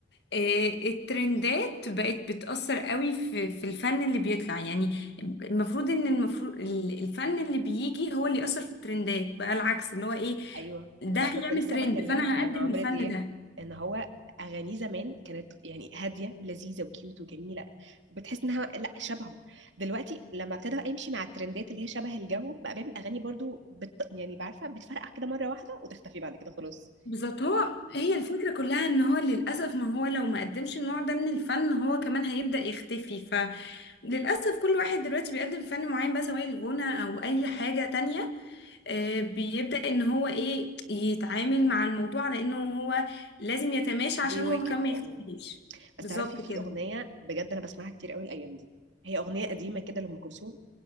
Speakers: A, on the left; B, on the right.
A: آه، الترندات بقت بتأثر قوي في في الفن اللي بيطلع يعني المفروض ان المفروض ال- الفن اللي بيجي هو اللي يأثر في الترندات بقى العكس اللي هو ايه
B: ايوه
A: ده
B: ما انا
A: هيعمل
B: كنت لسه
A: ترند
B: بكلمك
A: فانا
B: عن
A: هقدم
B: عمرو
A: الفن
B: دياب
A: ده
B: ان هو اغانيه زمان كانت يعني هاديه ولذيذه وكيوت وجميله بتحس انها لا شبهه دلوقتي لما ابتدى بقى يمشي مع الترندات اللي هي شبه الجو بقى بيعمل اغاني برضو بت... يعني بعرفه بتفرقع كده مره واحده وتختفي بعد كده خلاص
A: بالظبط هو هي الفكرة كلها ان هو للأسف ما هو لو ما قدمش النوع ده من الفن هو كمان هيبدأ يختفي فللأسف كل واحد دلوقتي بيقدم فن معين بقى سواء الغنى أو أي حاجة تانية آه، بيبدأ ان هو ايه يتعامل مع الموضوع على انه هو لازم يتماشى عشان
B: بيواكب
A: هو كمان ما يختفيش
B: اه بس
A: بالظبط
B: تعرفي في
A: كده
B: اغنيه بجد انا بسمعها كتير قوي الايام دي هي اغنيه قديمه كده لام كلثوم